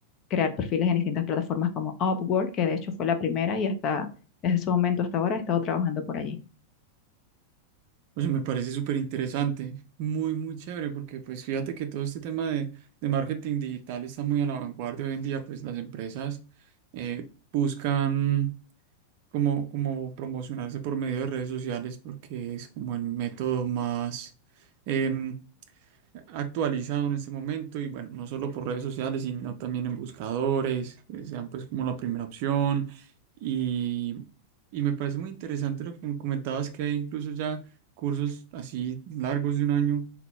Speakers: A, on the left; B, on the right.
A: crear perfiles en distintas plataformas como Upwork, que de hecho fue la primera y hasta desde ese momento hasta ahora he estado trabajando por allí.
B: O sea, me parece súper interesante, muy, muy chévere, porque pues fíjate que todo este tema de, de marketing digital está muy a la vanguardia hoy en día, pues las empresas eh, buscan como, como promocionarse por medio de redes sociales porque es como el método más em, actualizado en este momento y bueno, no solo por redes sociales, sino también en buscadores, que sean pues como la primera opción. Y, y me parece muy interesante lo que me comentabas, que hay incluso ya cursos así largos de un año